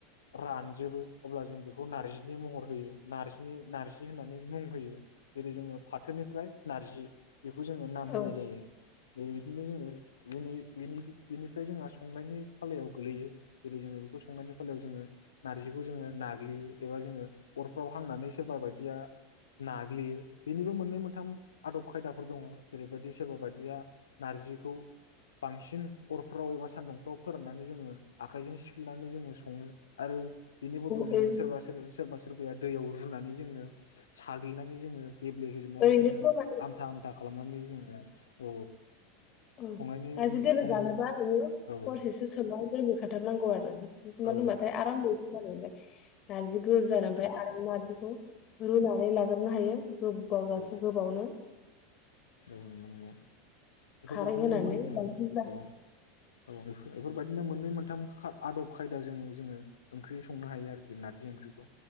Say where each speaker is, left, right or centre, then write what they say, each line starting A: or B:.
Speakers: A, on the left (about 75°); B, on the left (about 40°).
A: रानजोबो अब्ला जों बेखौ नार्जिनि महर होयो नार्जिनि नार्जि होननानै मुं होयो जेरै जोङो फाथोनिफ्राय नार्जि बेखौ जोङो नाम
B: औ
A: होनाय जायो बेबायदिनो जोङो <unintelligible> बेनिफ्राय जोंहा संनायनि फालायाव गोलैयो जेरै जोङो बेखौ संनायनि फालायाव जोङो नार्जिखौ जोङो नाग्लियो एबा जोङो अरफ्राव हांनानै सोरबा बायदिया नाग्लियो बेनिबो मोननै मोनथाम आदब खायदाफोर दङ जेरैबायदि सोरबा बायदिया नार्जिखौ बांसिन अरफ्राव एबा सान्दुंफ्राव फोराननानै जोङो आखाइजों सिफ्लेनानै जोङो सङो आरो बिनि बदल
B: औ
A: जोङो सोरबा सोरो सोरबा सोर सोरबाया दैयाव रुनानै जोङो साग्लिनानै जोङो गेब्ले होजोबनानै
B: ओरैनोथ'
A: जोङो
B: औ
A: आमथा आमथा खालामनानै जोङो औ
B: उम
A: संनायनि
B: नार्जि दोलो
A: सङो
B: जानोबा
A: औ
B: नोङो
A: औ
B: हरसेसो सोमना दोनग्रोखाथारनांगौ आरो हरसेसो सोमना
A: औ
B: दोनबाथाय आराम रुयो। ज दा <unintelligible> नारजिखौ <unintelligible> जाना ओमफ्राय नारजिखौ
A: औ
B: रुनानै लाग्रोननो हायो ब गोबावजासो
A: औ
B: गोबावनो।
A: औ नंगौ नंगौ। बेफोरबायदिनो
B: खारै होनानै
A: मोनै
B: बांसिन जा-
A: औ औ बेफोरबायदिनो मोननै मोनथाम खा आदब खायदाजों जोङो ओंख्रि संनो हायो आरोखि नारजि ओंख्रिखौ